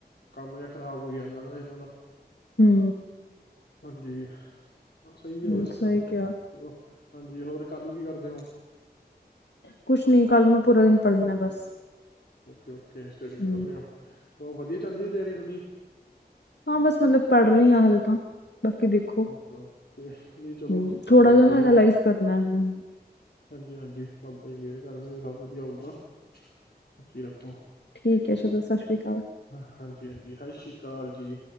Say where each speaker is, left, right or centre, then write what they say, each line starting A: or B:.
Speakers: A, on the left; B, on the left.
A: ਕੰਮ ਜਿਹਾ ਖ਼ਰਾਬ ਹੋ ਜਾਂਦਾ ਨਾ ਇਹਨਾਂ ਦਾ
B: ਹੂੰ
A: ਹਾਂਜੀ। ਸਹੀ ਆ
B: ਹੂੰ,
A: ਵੈਸੇ
B: ਸਹੀ
A: ਤਾਂ
B: ਕਿਹਾ
A: ਚਲੋ ਹਾਂਜੀ ਹੋਰ ਕੱਲ ਨੂੰ ਕੀ ਕਰਦੇ ਓ।
B: ਕੁਛ ਨਹੀਂ ਕੱਲ ਮੈਂ ਪੂਰਾ ਦਿਨ ਪੜ੍ਹਨਾ ਬਸ
A: ਓਕੇ ਓਕੇ ਸਟੱਡੀ
B: ਹੂੰ
A: ਕਰ ਰਹੇ ਹੋ ਹੋਰ ਵਧੀਆ ਚੱਲਦੀ ਹੈ ਤਿਆਰੀ ਤੁਹਾਡੀ
B: ਹਾਂ। ਬਸ ਮਤਲਬ ਪੜ੍ਹ ਰਹੀ ਹਾਂ ਹਲੇ ਤਾਂ ਬਾਕੀ ਦੇਖੋ
A: ਓਕੇ ਓਕੇ ਨਹੀਂ ਚਲੋ
B: ਹੂੰ ਥੋੜਾ
A: ਕਰੀ
B: ਜਿ ਨਾ
A: ਚਲੋ
B: ਐਨਾਾਲਈਜ਼ ਕਰਨਾ ਹੂ
A: ਹਾਂਜੀ ਹਾਂਜੀ ਰੱਬ ਜੀ ਮਿਹਰ ਕਰ ਦੇਣਗੇ ਸਭ ਵਧੀਆ ਹੋਊਗਾ ਸੱਚੀ ਰੱਖੋ
B: ਠੀਕ ਹੈ ਚਲੋ। ਸਤਿ ਸ੍ਰੀ ਅਕਾਲ
A: ਹਾਂਜੀ ਹਾਂਜੀ। ਸਤਿ ਸ਼੍ਰੀ ਅਕਾਲ ਜੀ